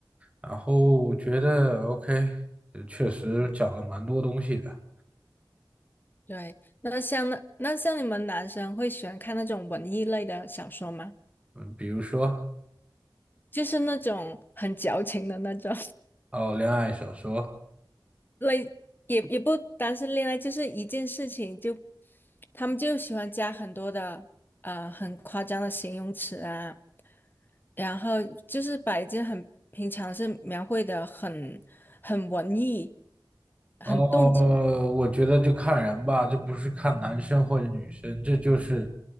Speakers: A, on the right; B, on the left.
A: 然后觉得 OK，呃确实讲了蛮多东西的，
B: <laughs> 对，那像那那像你们男生会喜欢看那种文艺类的小说吗？
A: 嗯，比如说
B: 就是那种很矫情的那种
A: 哦，恋爱小说，
B: <laughs> 类，也也不单是恋爱，就是一件事情就，他们就喜欢加很多的呃很夸张的形容词啊。然后就是把一件很平常的事描绘的很很文艺，很动情，
A: 哦，我觉得就看人吧，这不是看男生或者女生，这就是